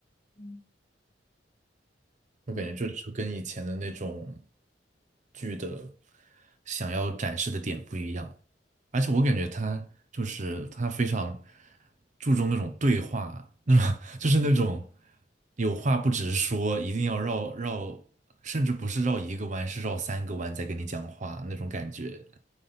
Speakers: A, on the left; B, on the right.
A: 嗯，
B: 我感觉就就跟以前的那种
A: 可能
B: 剧的想要展示的点不一样，而且我感觉他就是他非常注重那种对话，<laughs> 就是那种有话不直说，一定要绕绕，甚至不是绕一个弯，是绕三个弯在跟你讲话那种感觉